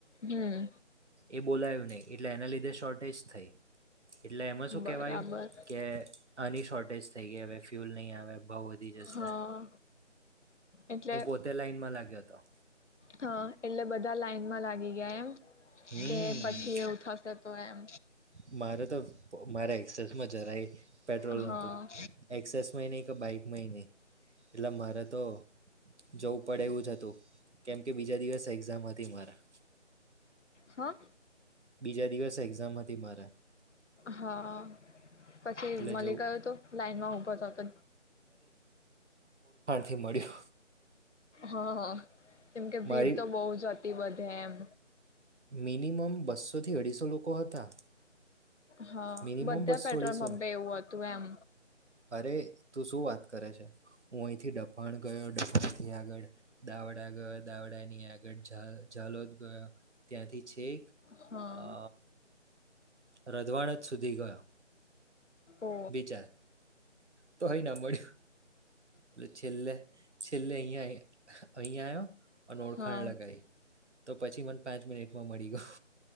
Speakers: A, on the left; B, on the right.
A: હમ
B: એ બોલાયું નહી એટલે એના લીધે શોર્ટેજ. થ એટલે એમાં શું
A: બરાબર
B: કહેવાયું કે શોર્ટેજ થઈ ગઈ હવે ફ્યુલ નહીં આવે. બાહ બધી જશે.
A: હા એટલે
B: હું પોતે લાઈનમાં લાગ્યો હતો
A: હા એટલે બધા. બધા લાાઈનમાં લાગી ગયા એમ.
B: હમ
A: કે પછી એવું થશે તો એમ.
B: મારે તો મારા એક્સેસમાં જરાય પેટ્રોલ
A: હા
B: ન હતું એક્સેસમાં નહી કે બાઈકમાંય નહી એટલે મારે તો જવું પડે એવું જ હતું કેમ કે બીજા દિવસ એક્ઝામથી મારા
A: હા.
B: બીજા દિવસ એક્ઝામ હતી મારે
A: હા પછી
B: એટલે
A: માલિક
B: જવું
A: આય તું લાઈનમાં ઊભો થ હતો
B: થી મળ્યું
A: હા હા કેમ કે
B: મારી
A: ભીડ તો બહુ જ હતી વધે એમ
B: મિનિમમ બસ્સોથી અઢીસો લોકો હતા
A: હા
B: મિનિમમ
A: બધા
B: બસો
A: પેટ્રોલ
B: અઢીસો
A: બમ્બે એવું હતું એમ
B: અરે તું શું વાત કરે છે હું અહીંથી ડપ પણ ગયો દમણથી આગળ દાવડા ગયો દાવડાની આગળ ઝાલોદ ગયો ત્યાંથી છેક
A: હા
B: અ રજવાડ જ સુધી ગયો.
A: ઓ
B: વિચાર તોય ના મળ્યું. તો છેલે છેલે અહીંયા અહીંયા આયો અને ઓળખાણ
A: હા
B: લગાઈ તો પછી મને પાંચ મિનિટમાં મળી ગયો.